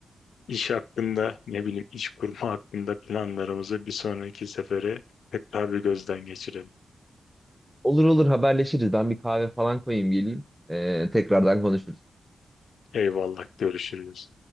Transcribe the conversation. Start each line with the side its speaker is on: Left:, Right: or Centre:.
Left: iş hakkında ne bileyim iş kurma hakkında planlarımızı bir sonraki sefere tekrar bir gözden geçirelim.
Centre: Olur olur haberleşiriz. Ben bir kahve falan koyayım geleyim. Ee, tekrardan konuşuruz.
Left: Eyvallah görüşürüz.